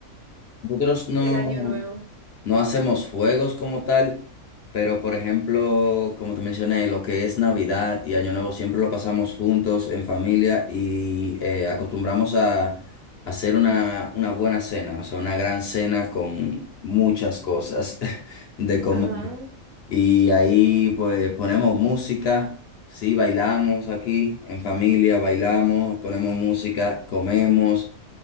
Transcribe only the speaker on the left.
Nosotros no.
No hacemos juegos como tal, pero por ejemplo, como te mencioné, lo que es Navidad y Año Nuevo siempre lo pasamos juntos en familia y eh, acostumbramos a hacer una, una buena cena, o sea, una gran cena con muchas cosas <laughs> de comer.
Y ahí pues ponemos música, sí, bailamos aquí en familia, bailamos, ponemos música, comemos